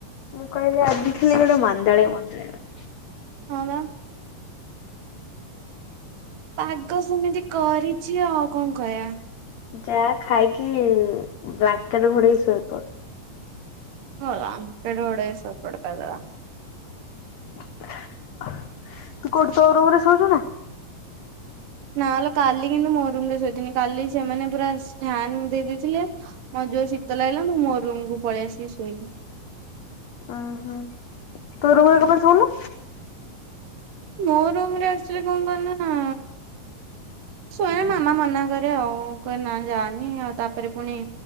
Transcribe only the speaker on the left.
ମୁଁ କହିଲି ଆଜି ଖାଲି ଗୋଟେ ମାନ୍ଦାଳିଆ ମାନ୍ଦାଳିଆ
ଯାଆ ଖାଇକି ବ୍ଲାଲେଟ ଘୋଡେଇ ଶୋଇପ
ତୁ କୋଉଠି ତୋ ରୁମ ରେ ସୋଉଛୁ ନା
ଓ ହୋ ତୋ ରୋଗ କ ପାଇଁ ଶୁନୁ